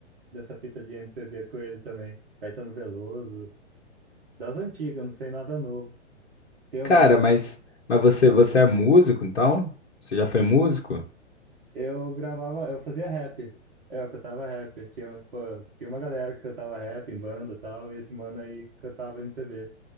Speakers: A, on the right; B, on the left.
A: dessa fita de MPB com ele também. Caetano Veloso, das antigas, não sei nada novo. Tem algum.
B: Cara, mas, mas você, você é músico, então? Você já foi músico?
A: Eu gravava, eu fazia rap. É, eu cantava rap. Tinha, pô, tinha uma galera que cantava rap em banda e tal, e esse mano aí cantava MPB.